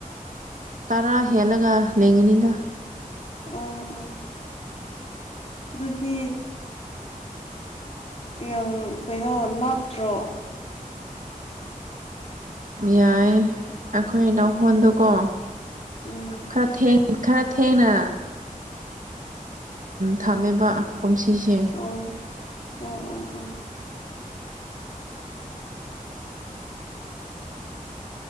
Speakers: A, on the right; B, on the left.
A: ꯇꯔꯥ ꯍꯦꯜꯂꯒ ꯂꯩꯒꯅꯤꯗ
B: ꯎꯝ ꯎꯝ ꯑꯗꯨꯗꯤ ꯌꯥꯝ ꯀꯩꯅꯣ ꯂꯥꯞꯇ꯭ꯔꯣ
A: ꯌꯥꯏ ꯑꯩꯈꯣꯏ ꯂꯧꯈꯣꯟꯗꯨꯀꯣ
B: ꯎꯝ
A: ꯈꯔ ꯊꯦꯡ ꯈꯔ ꯊꯦꯡꯅ ꯊꯝꯃꯦꯕ ꯀꯨꯝꯁꯤꯁꯦ
B: ꯑꯣ ꯑꯣ ꯑꯣ ꯑꯣ